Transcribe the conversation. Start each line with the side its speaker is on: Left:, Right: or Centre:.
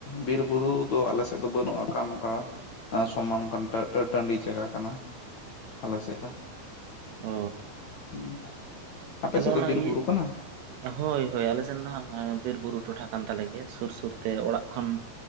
Left: ᱵᱤᱨ ᱵᱩᱨᱩ ᱫᱚ ᱟᱞᱮ ᱥᱮᱫ ᱫᱚ ᱵᱟᱹᱱᱩᱜᱼᱟᱠᱟ ᱱᱚᱠᱟ ᱥᱚᱢᱟᱱ <unintelligible> ᱴᱟᱺᱰᱤ ᱡᱟᱜᱟ ᱠᱟᱱᱟ ᱟᱞᱮ ᱥᱮᱫ ᱫᱚ᱾
Right: ᱚ
Left: ᱩᱸᱻᱩᱸᱻ ᱟᱯᱮ
Right: ᱛᱟᱦᱚᱞᱮ
Left: ᱥᱮᱫ ᱫᱚ
Right: ᱚᱱᱟ
Left: ᱵᱤᱨ
Right: ᱤᱭᱟᱹ
Left: ᱵᱩᱨᱩ ᱠᱟᱱᱟ?
Right: ᱦᱳᱭ ᱦᱳᱭ ᱟᱞᱮᱥᱮᱱ ᱫᱚ ᱦᱟᱜ ᱵᱤᱨ ᱵᱩᱨᱩ ᱴᱚᱴᱷᱟ ᱠᱟᱱ ᱛᱟᱞᱮ ᱜᱮᱭᱟ ᱥᱩᱨ ᱥᱩᱨᱛᱮ ᱚᱲᱟᱜ ᱠᱷᱚᱱ